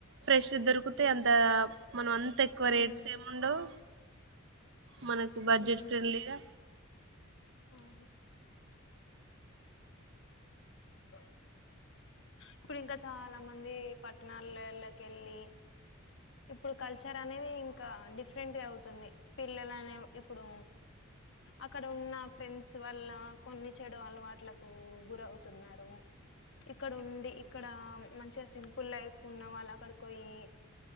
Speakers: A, on the right (about 60°); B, on the left (about 65°).
A: ఫ్రెష్ దొరికితే అంత మనం అంత ఎక్కువ రేట్స్
B: ఉమ్
A: ఏం ఉండవు మనకు బడ్జెట్
B: ఉమ్
A: ఫ్రెండ్లీగా
B: అవును ఆ ఇప్పుడు ఇంకా చాలా మంది పట్టణాలెల్లకెళ్ళి ఇప్పుడు కల్చర్ అనేది ఇంకా డిఫరెంట్ గా అవుతుంది పిల్లల అనే ఇప్పుడు అక్కడ ఉన్న ఫ్రెండ్స్ వల్ల కొన్ని చెడు అలవాట్లకు గురౌతున్నారు ఇక్కడ ఉండి ఇక్కడ మంచిగా సింపుల్ లైఫ్ ఉన్నా వాళ్ళ అక్కడికి ఓయ్యి